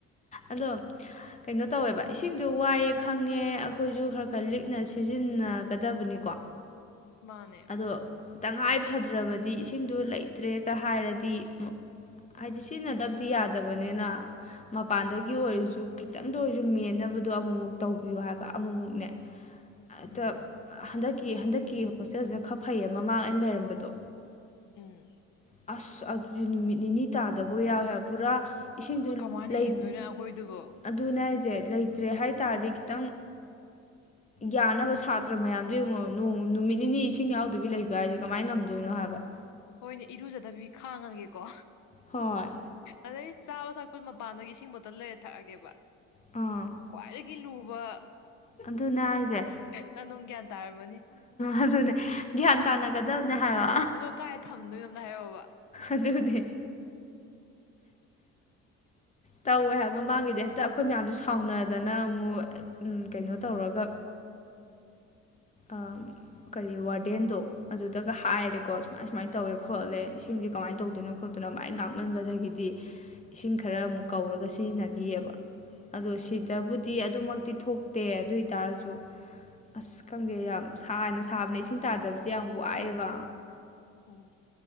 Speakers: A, on the left (about 20°); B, on the left (about 70°).
A: ꯑꯗꯣ ꯀꯩꯅꯣ ꯇꯧꯋꯦꯕ ꯏꯁꯤꯡꯗꯨ ꯋꯥꯏꯌꯦ ꯈꯪꯉꯦ ꯑꯈꯣꯏꯁꯨ ꯈꯔ ꯈꯔ ꯂꯤꯛꯅ ꯁꯤꯖꯤꯟꯅꯒꯗꯕꯅꯤꯀꯣ
B: ꯃꯥꯅꯦ
A: ꯑꯗꯣ ꯇꯉꯥꯏ ꯐꯗ꯭ꯔꯕꯗꯤ ꯏꯁꯤꯡꯗꯨ ꯂꯩꯇ꯭ꯔꯦꯒ ꯍꯥꯏꯔꯗꯤ ꯍꯥꯏꯗꯤ ꯁꯤꯖꯤꯟꯅꯗꯕꯗꯤ ꯌꯥꯗꯕꯅꯤꯅ ꯃꯄꯥꯟꯗꯒꯤ ꯑꯣꯏꯔꯁꯨ ꯈꯤꯇꯪꯗ ꯑꯣꯏꯔꯁꯨ ꯃꯦꯟꯅꯕꯗꯣ ꯑꯃꯨꯛꯃꯨꯛ ꯇꯧꯕꯤꯌꯨ ꯍꯥꯏꯕ ꯑꯃꯃꯨꯛꯅꯦ ꯍꯦꯛꯇ
B: ꯎꯝ
A: ꯍꯟꯗꯛꯀꯤ ꯍꯟꯗꯛꯀꯤ ꯍꯣꯁꯇꯦꯜꯁꯤꯅ ꯈꯔ ꯐꯩꯌꯦ ꯃꯃꯥꯡ ꯑꯩꯅ ꯂꯩꯔꯝꯕꯗꯣ
B: ꯎꯝ
A: ꯑꯁ ꯑꯗꯨꯗꯤ ꯅꯨꯃꯤꯠ ꯅꯤꯅꯤ ꯇꯥꯗꯕꯒ ꯌꯥꯎꯋꯦꯕ ꯄꯨꯔꯥ ꯏꯁꯤꯡꯗꯨ
B: ꯑꯗꯣ ꯀꯃꯥꯏꯅ
A: ꯂꯩ
B: ꯍꯤꯡꯗꯣꯏꯅꯣ ꯍꯥꯏꯕ ꯑꯈꯣꯏꯗꯨꯕꯣ
A: ꯑꯗꯨꯅꯦ ꯍꯥꯏꯁꯦ ꯂꯩꯇ꯭ꯔꯦ ꯍꯥꯏ ꯇꯥꯔꯗꯤ ꯈꯤꯇꯪ ꯌꯥꯅꯕ ꯁꯥꯇ꯭ꯔ ꯃꯌꯥꯝꯗꯣ ꯌꯦꯡꯉꯣ ꯅꯣꯡ ꯅꯨꯃꯤꯠ ꯅꯤꯅꯤ ꯏꯁꯤꯡ ꯌꯥꯎꯗꯕꯤ ꯂꯩꯕ ꯍꯥꯏꯁꯦ ꯀꯃꯥꯏꯟ ꯉꯝꯗꯣꯏꯅꯣ ꯍꯥꯏꯕ
B: ꯍꯣꯏꯅꯦ ꯏꯔꯨꯖꯗꯕꯤ ꯈꯥꯡꯉꯒꯦꯀꯣ
A: ꯍꯣꯏ
B: ꯑꯗꯩ ꯆꯥꯕ ꯊꯛ ꯄꯩ ꯃꯄꯥꯟꯗꯒꯤ ꯏꯁꯤꯡ ꯕꯣꯇꯜ ꯂꯩꯔ ꯊꯛꯑꯒꯦꯕ
A: ꯑꯥ
B: ꯈ꯭ꯋꯥꯏꯗꯒꯤ ꯂꯨꯕ
A: ꯑꯗꯨꯅꯦ ꯍꯥꯏꯁꯦ
B: ꯅꯪ ꯅꯨꯡ ꯒ꯭ꯌꯥꯟ ꯇꯥꯔꯝꯃꯅꯤ
A: ꯑꯗꯨꯅꯦ ꯒ꯭ꯌꯥꯟ ꯇꯥꯟꯅꯒꯗꯕꯅꯦ ꯍꯥꯏꯕ
B: ꯀꯥꯏꯗ ꯊꯝꯗꯣꯏꯅꯣ ꯑꯝꯇ ꯍꯥꯏꯔꯛꯑꯣꯕ
A: ꯑꯗꯨꯅꯦ ꯇꯧꯋꯦ ꯍꯥꯏꯕ ꯃꯃꯥꯡꯒꯤꯗꯤ ꯍꯦꯛꯇ ꯑꯩꯈꯣꯏ ꯃꯌꯥꯝꯖꯦ ꯁꯥꯎꯅꯗꯅ ꯑꯃꯨꯛ ꯎꯝ ꯀꯩꯅꯣ ꯇꯧꯔꯒ ꯑꯥꯝ ꯀꯔꯤ ꯋꯥꯔꯗꯦꯟꯗꯣ ꯑꯗꯨꯗꯒ ꯍꯥꯏꯔꯦꯀꯣ ꯁꯨꯃꯥꯏ- ꯁꯨꯃꯥꯏ ꯇꯧꯋꯦ ꯈꯣꯠꯂꯦ ꯏꯁꯤꯡꯁꯦ ꯀꯃꯥꯏꯟ ꯇꯧꯗꯣꯏꯅꯣ ꯈꯣꯠꯇꯨꯅ ꯃꯥꯏ ꯉꯥꯡꯃꯟꯕꯗꯒꯤꯗꯤ ꯏꯁꯤꯡ ꯈꯔ ꯑꯃꯨꯛ ꯀꯧꯔꯒ ꯁꯤꯖꯤꯟꯅꯒꯤꯌꯦꯕ꯫ ꯑꯗꯣ ꯁꯤꯗꯕꯨꯗꯤ ꯑꯗꯨꯃꯛꯇꯤ ꯊꯣꯛꯇꯦ ꯑꯗꯨ ꯑꯣꯏꯇꯥꯔꯖꯨ ꯑꯁ ꯈꯪꯗꯦ ꯌꯥꯝ ꯁꯥꯅ ꯁꯥꯕꯅꯦ ꯏꯁꯤꯡ ꯇꯥꯗꯕꯁꯦ ꯌꯥꯝ ꯋꯥꯏꯌꯦꯕ꯫
B: ꯎꯝ